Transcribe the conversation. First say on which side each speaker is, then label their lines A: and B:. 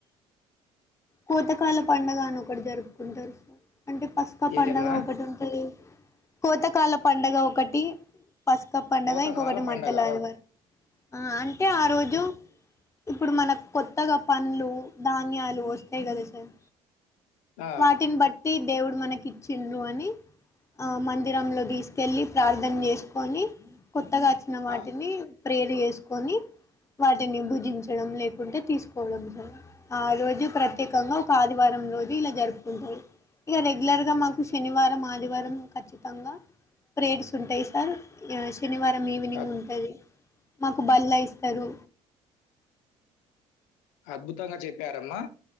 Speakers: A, on the left (about 25°); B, on the left (about 90°).
A: కోతకాల పండగ అని ఒకటి జరుపుకుంటరు సార్ అంటే పసుక పండగ
B: ఏదమ్మా?
A: ఒకటి ఉంటది కోతకాల పండగ ఒకటి పసుక పండగ
B: పోతకాల
A: ఇంకొకటి
B: పండగ.
A: మట్టలాదివారం
B: ఓ
A: ఆహ్ అంటే ఆ రోజు ఇప్పుడు మనకు కొత్తగా పండ్లు ధాన్యాలు వస్తాయి గదా సార్
B: ఆ!
A: వాటిని బట్టి దేవుడు మనకి ఇచ్చిండ్రు అని ఆ మందిరంలో తీసుకెళ్ళి ప్రార్థన చేసుకొని కొత్తగా అచ్చిన వాటిని
B: ఆ!
A: ప్రేర్ చేసుకొని వాటిని భుజించడం లేకుంటే తీసుకోవడం సర్ ఆ రోజు ప్రత్యేకంగా ఒక ఆదివారం రో జు ఇలా జరుపుకుంటరు ఇగ రెగ్యులర్ గా మాకు శనివారం ఆదివారం ఖచ్చితంగా ప్రేడ్స్ ఉంటయి సార్ ఇగ శనివారం ఈవినింగ్
B: అద్
A: ఉంటది మాకు బళ్ల ఇస్తరు
B: అద్భుతంగా చెప్పారమ్మా